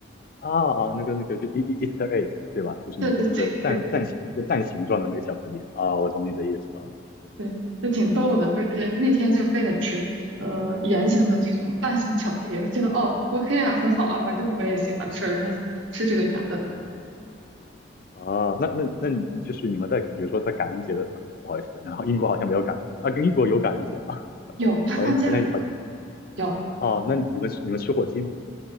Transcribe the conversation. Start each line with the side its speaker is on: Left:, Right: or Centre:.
Left: 啊啊，那个那个就 E E Easter egg 对吧？就是那个那个蛋蛋形一个蛋形状的那个巧克力啊，
Right: 对对对对
Left: 我懂你的意思了
Right: 对，就挺逗的。不是那天就非得吃呃圆形的这种蛋形巧克力，我觉得哦 OK 啊，很好啊，反正我也喜欢吃，那就吃这个圆的呗。
Left: 啊。那那那你就是你们在比如说在感恩节的啊，不好意思，然后英国好像没有感恩节啊，跟英国有感恩节吗？<laughs>
Right: 有还放假呢？
Left: 好像好像好像
Right: 有，
Left: 哦，那你们你们吃火鸡吗？